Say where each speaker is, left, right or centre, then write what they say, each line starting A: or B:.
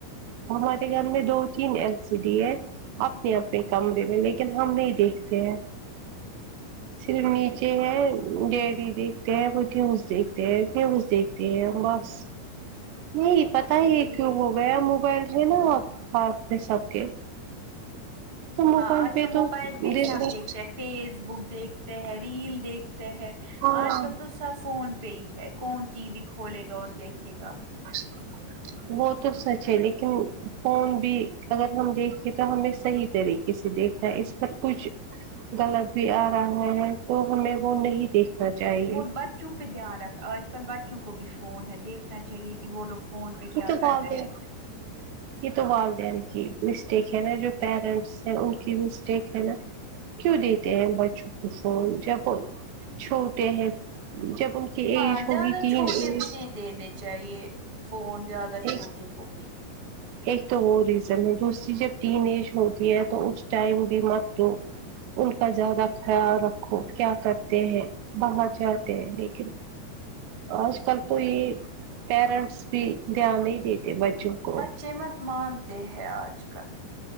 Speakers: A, on the right; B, on the right.
A: ہمارے گھر میں دو تین ایل سی ڈی ہے اپنے اپنے کمرے میں لیکن ہم نہیں دیکھتے ہیں صر ف ڈیڈی دیکھتے ہیں وہ نیوز دیکھتے ہیں نیوز دیکھتے ہیں بس نہیں پتا
B: اچھا
A: ہی
B: ٹھیک
A: یہ کیوں ہو گیا موبائل ہے نا ہاتھ میں سب کے تو موبائل
B: ہاں آج
A: پہ
B: تو موبائل پہ ہی
A: دن
B: سب
A: بھر
B: دیکھتے ہیں فیس بک دیکھتے ہیں ریل دیکھ تے ہے
A: ہاں
B: آج کل تو سب فون پہ ہی ہے کون ٹی وی کھولے گا اور دیکھے گا
A: اچھا وہ تو سچ ہے لیکن فون بھی اگر ہم دیکھیں تو ہمیں صحیح طریقے سے دیکھنا ہے اس پر کچھ غلط بھی آ رہا ہے تو ہمیں وہ نہیں دیکھنا چاہیے
B: اور بچوں پہ دھیان رکھنا آج کل بچوں کو بھی فون ہے دیکھنا چاہیے کہ وہ لوگ فون پہ
A: یہ
B: کیا
A: تو
B: کر
A: والدین
B: رہے ہیں
A: یہ تو والدین کی مسٹیک ہے نا جو پیرنٹ سر اوکے مسٹیک ہے نا کیوں دیتے ہیں بچوں کو فون جب چھوٹے ہیں جب ان کی
B: ہاں
A: ایج ہوگی
B: زیادہ
A: ٹین
B: چھوٹے
A: ایج
B: بھی نہیں دینے چاہیے فون زیادہ
A: ایک
B: چھوٹے کو بھی
A: ایک تو وہ ریزن ہے دوسری جب ٹین ایج ہو تو اس ٹائم بھی مت دو ان کا زیادہ خیال رکھو کیا کرتے ہیں باہر جاتے ہیں لیکن آج کل تو یہ پیرنٹس بھی دھیان نہیں دیتے بچوں کو
B: بچے مت مانتے ہیں آج کل